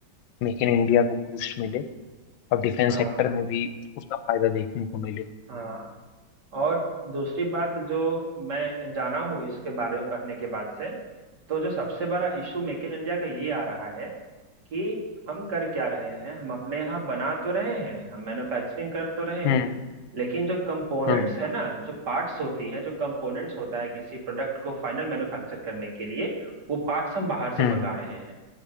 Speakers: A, on the left (about 80°); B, on the right (about 60°).
A: मेक इन इंडिया को बूस्ट मिले और डिफेंस
B: हाँ
A: सेक्टर में भी उसका फायदा देखने को मिले
B: हाँ और दूसरी बात जो मैं जाना हूँ इसके बारे में पढ़ने के बाद से तो जो सबसे बड़ा इशू मेक इन इंडिया का ये आ रहा है कि हम कर क्या रहे हैं हम अपने यहाँ बना तो रहे हैं हम मैन्युफैक्चरिंग कर तो रहे
A: हम्म
B: हैं लेकिन जो कंपोनेंट्स
A: हम्म
B: है ना जो पार्ट्स होती हैं जो कंपोनेंट्स होता है किसी प्रोडक्ट को फाइनल मैन्युफैक्चर करने के लिए वो पार्ट्स हम बाहर
A: हम्म
B: से मंगा रहे हैं